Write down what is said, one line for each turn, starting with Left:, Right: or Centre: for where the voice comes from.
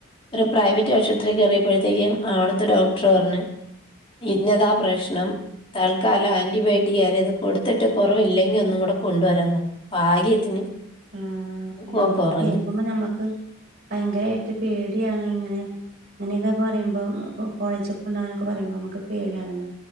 Left: ഒരു പ്രൈവറ്റ്
Right: ആഹ്
Left: ആശുപ ത്രി കേറിയപ്പത്തേക്കും അവിടത്തെ ഡോക്ടർ പറഞ്ഞ് ഇന്നതാ പ്രശ്നം തൽക്കാല ആന്റി വേട്ടി ഞാന അത് കൊടുത്തിട്ട് കൊറവില്ലെങ്കി ഒന്നും കൂടെ കൊണ്ടുവരാൻ പറഞ്ഞ് ഭാഗ്യത്തിന്
Right: ആഹ
Left: കൊ
Right: നമ്മൾ
Left: കുറഞ്ഞു
Right: കേക്കുമ്പോ ഞമ്മക്ക് ഭയങ്കരായിട്ട് പേടിയാണ് ഇങ്ങനെ അങ്ങനെയൊക്കെ പറിമ്പോ കോളേജൊക്കൊണ്ടവാന- ഒക്ക പറിമ്പോ മ്മക്ക് പേടിയാണല്ല